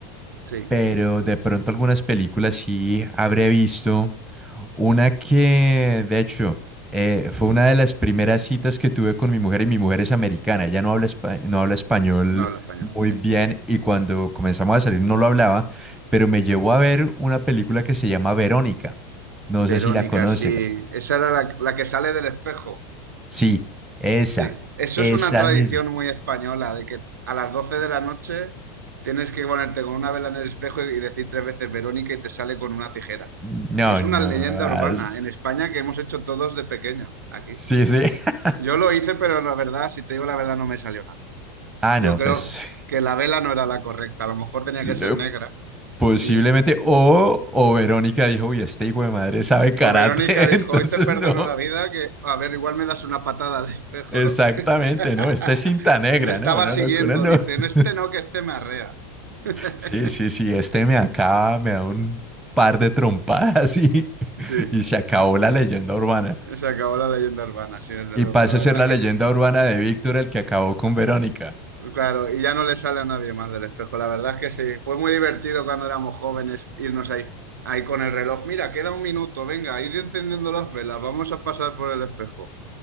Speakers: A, on the right; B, in the centre.
A: Sí,
B: pero de pronto algunas películas sí habré visto. Una que, de hecho, eh, fue una de las primeras citas que tuve con mi mujer y mi mujer es americana. Ella no habla, espa- no habla español
A: no habla español,
B: muy
A: sí.
B: bien y cuando comenzamos a salir no lo hablaba, pero me llevó a ver una película que se llama Verónica. No
A: Verónica,
B: sé si la conoces.
A: sí. Esa era la la que sale del espejo.
B: Sí, esa,
A: Sí, eso
B: esa
A: es una tradición
B: misma.
A: muy española, de que a las 12 de la noche tienes que ponerte con una vela en el espejo y decir tres veces Verónica y te sale con una tijera.
B: No,
A: Es
B: no.
A: una leyenda
B: as-
A: urbana en España que hemos hecho todos de pequeño aquí.
B: Sí, sí. <laughs>
A: Yo lo hice, pero la verdad, si te digo la verdad, no me salió nada.
B: Ah,
A: Yo
B: no,
A: creo
B: pues
A: que la vela no era la correcta, a lo mejor tenía
B: eh,
A: que ser negra.
B: posiblemente.
A: Y
B: O, o Verónica dijo, uy, este hijo de madre sabe karate,
A: o Verónica dijo,
B: <laughs> entonces
A: hoy te perdono
B: no.
A: la vida, que a ver, igual me das una patada al espejo,
B: Exactamente,
A: ¿no? <laughs>
B: ¿no? Este es cinta negra,
A: Me estaba
B: no, no,
A: siguiendo,
B: no, Conan no.
A: dicen,
B: <laughs>
A: este no, que este me arrea. <laughs>
B: Sí, sí, sí, este me acaba, me da un par de trompadas y,
A: Sí,
B: y se acabó la leyenda urbana.
A: se acabó la leyenda urbana, sí, desde
B: Y
A: luego.
B: pasa
A: La verdad
B: a ser la
A: es que
B: leyenda
A: sí.
B: urbana de Víctor el que acabó con Verónica.
A: Claro, y ya no le sale a nadie más del espejo. La verdad es que sí. Fue muy divertido cuando éramos jóvenes irnos ahí, ahí con el reloj. Mira, queda un minuto, venga, ir encendiendo las velas, vamos a pasar por el espejo,